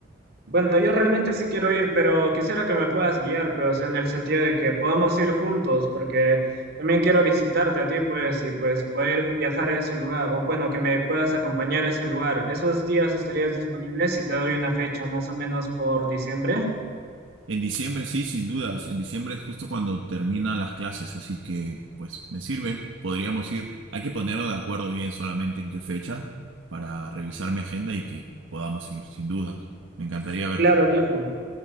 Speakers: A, on the right; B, on the right.
A: Bueno, yo realmente sí quiero ir, pero quisiera que me puedas guiar, pero o sea, en el sentido de que podamos ir juntos, porque también quiero visitarte a ti, pues, y pues poder viajar a ese lugar, o bueno, que me puedas acompañar a ese lugar. ¿Esos días estarías disponible si te doy una fecha más o menos por diciembre?
B: En diciembre sí, sin dudas, en diciembre es justo cuando terminan las clases, así que, pues, me sirve, podríamos ir. Hay que ponernos de acuerdo bien solamente en qué fecha para revisar mi agenda y que podamos ir, sin dudas. Me encantaría verte.
A: Claro, claro.